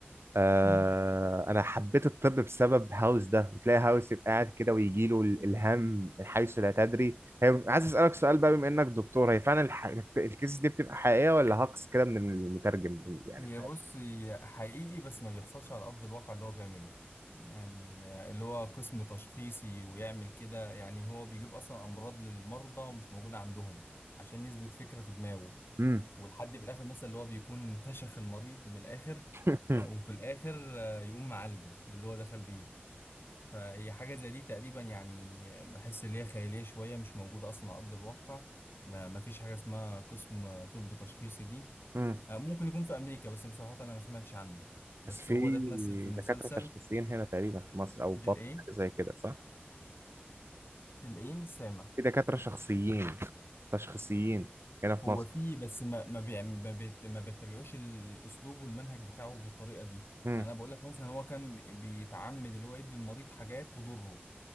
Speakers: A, on the right (about 80°); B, on the left (about 65°).
A: آه
B: مم.
A: انا حبيت الطب بسبب هاوس ده بتلاقي هاوس يبقى قاعد كده ويجي له الالهام من حيث لا تدري هي عايز اسالك سؤال بقى بما انك دكتور هي فعلا الح... الكيس دي بتبقى حقيقيه ولا هاكس كده من المترجم يعني
B: هي بص هي حقيقي بس ما بيحصلش على أرض الواقع اللي هو بيعمله يعني اللي هو قسم تشخيصي ويعمل كده يعني هو بيجيب أصلا أمراض للمرضى مش موجودة عندهم عشان يثبت فكرة في دماغه
A: امم
B: والحد في الآخر مثلا اللي هو بيكون فشخ المريض من الآخر
A: <laughs>
B: آه، وفي الآخر آه، يقوم معالجه باللي هو دخل بيه فهي حاجة زي دي تقريبا يعني بحس ان هي خيالية شوية مش موجودة أصلا على أرض الواقع ما ما فيش حاجة اسمها قسم طب تشخيصي دي
A: امم
B: آه، ممكن يكون في أمريكا بس بصراحة أنا ما سمعتش عنه بس
A: بس في
B: هو ده اتمثل في المسلسل
A: دكاترة تشخيصيين هنا تقريبا في مصر أو بطن
B: الإيه
A: حاجة زي كده صح؟
B: الإيه سامع
A: في دكاترة شخصيين تشخيصيين هنا في
B: هو
A: مصر
B: فيه بس ما ما بيعم- ما بيت- ما بيتبعوش الأسلوب والمنهج بتاعه بالطريقة دي
A: امم
B: يعني أنا بقول لك مثلا هو كان بي- بيتعمد اللي هو يدي المريض حاجات تضره